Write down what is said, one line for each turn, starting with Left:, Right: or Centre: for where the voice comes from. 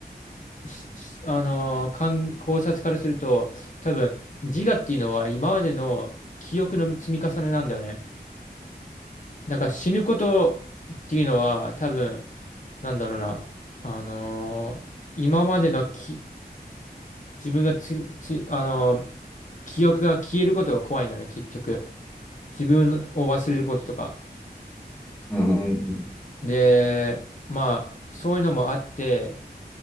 Left: ししあのー、観考察からすると、多分、自我っていうのは今までの記憶の積み重ねなんだよね。だから死ぬことっていうのは、多分、なんだろうな、あのー、今までのき自分がつ、つ、あのー、記憶が消えることが怖いんだね、結局。自分を忘れることとか。
Centre: うんううんん。
Left: で、まあ、そういうのもあって、